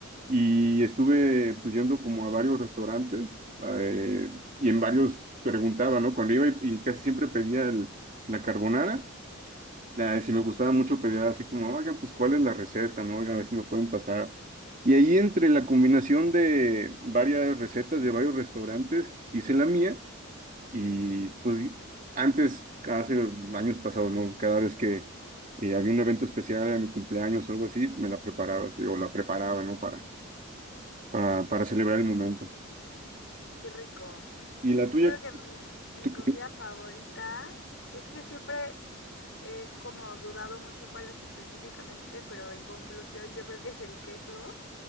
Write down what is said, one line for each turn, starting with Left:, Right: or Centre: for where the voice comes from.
Right: Y estuve pues, yendo como a varios restaurantes eh, y en varios preguntaba, ¿no? Cuando iba y, y casi siempre pedía el- la carbonara. Ya, si me gustaba mucho pedir así como, oiga, pues cuál es la receta, ¿no? Oiga, a ver si me pueden pasar. Y ahí entre la combinación de varias recetas de varios restaurantes, hice la mía y pues antes, hace años pasados, ¿no? Cada vez que eh, había un evento especial a mi cumpleaños o algo así, me la preparaba así, o la preparaba, ¿no? Para, para, para celebrar el momento.
Left: Qué rico.
Right: ¿Y la tuya?
Left: Yo creo que mi, mi
Right: ¿Tú
Left: comida
Right: qué?
Left: favorita es que siempre he como dudado mucho cuál es específicamente, pero en conclusión yo creo que es el queso.